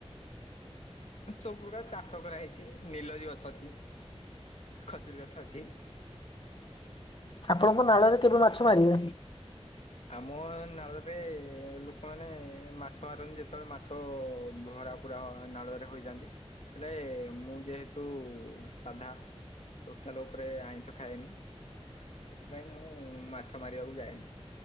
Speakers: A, on the left (about 70°); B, on the left (about 45°).
A: ସବୁ ପ୍ରକାର ଚାଷ କରାହେଇଛି ନିଲରି ଗଛ ଅଛି ଖଜୁରୀ ଗଛ ଅଛି।
B: ଆପଣଙ୍କ ନାଳରେ କେବେ ମାଛ ମାରିବେ।
A: ଆମ ନାଳରେ ଲୋକମାନେ ମାଛ ମାରନ୍ତି ଯେତେବେଳେ ମାଛ ଭରା କକୁା ନାଳରେ ହୋଇଯାନ୍ତି ହେଲେ ମୁଁ ଯେହେତୁ ସାଧା ଟୋଟାଲ ଉପରେ ଆଇଁଷ ଖାଏନି ସେଥିପାଇଁ ମୁଁ ମାଛ ମାରିବାକୁ ଯାଏନି।